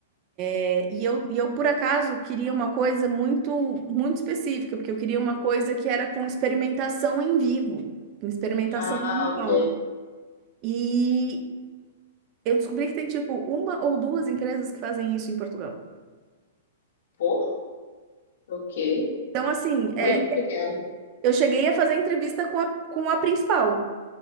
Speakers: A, on the right; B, on the left.
A: É, E eu, e eu, por acaso, queria uma coisa muito, muito específica, porque eu queria uma coisa que era com experimentação em vivo, com experimentação
B: Ah,
A: mental.
B: ok.
A: E eu descobri que tem, tipo, uma ou duas empresas que fazem isso em Portugal.
B: Pô, ok.
A: Então, assim,
B: Muito
A: é,
B: pequeno.
A: eu cheguei a fazer entrevista com a, com a principal,